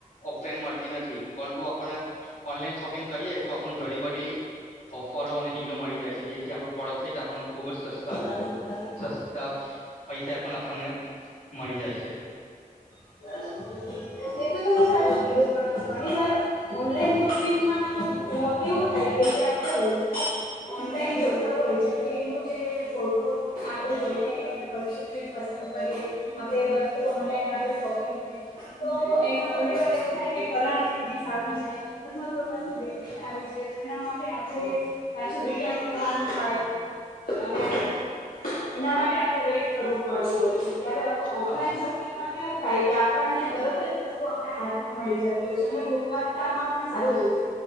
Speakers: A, on the left; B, on the left.
A: ઓફલાઈન મળતી નથી પરંતુ આપને, ઓનલાઈન શોપિંગ કરીએ તો આપ ઘડી બડી, ઓફરો અને ડીલો મળી જાય છે, જેથી આપણો પ્રોડક્ટ છે, એ આપણને ખુબ જ સસ્તા.
B: હ
A: સસ્તા
B: <inaudible>
A: પૈસા પણ આપણને મળી જાય છે,
B: હ <inaudible> એતો તમે સાચું કીધું પણ ઘણીવાર, ઓનલાઈન શોપિંગમાં કેવું થાય કેજે આપણે વસ્તુ, ઓનલાઈન જોતા હોય જેમ કે એનું જે ફોટો. આપે જોઈને વસ્તુને પસંદ કરીએ આપે વસ્તુ ઓનલાઈન આપે શોપિંગ, તો એમાં ઘણીવાર એવું થાય કે કલર ચેન્જીસ આવી જાય. અથવા કોઈ વસ્તુ રેપિટ આવી જાય તો એના માટે આપડે પાછું રિટર્ન કરવાનું થાય. અને એના માટે આપણે વેટ કરવું પડતું હોય છે, જ્યારે ઓફલાઈન
A: હા હા
B: શોપિંગમાં કેવું થાય કે આપણને તરત જ વસ્તુ આપણે હાથ. મળી જતી હોય છે, અને ગુણવતામાં પણ સારું હોય છે.